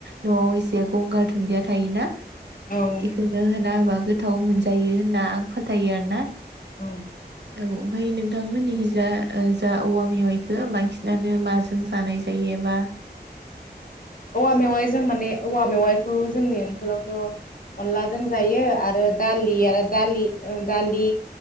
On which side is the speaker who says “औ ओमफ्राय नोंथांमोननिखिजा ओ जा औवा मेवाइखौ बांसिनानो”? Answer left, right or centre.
Right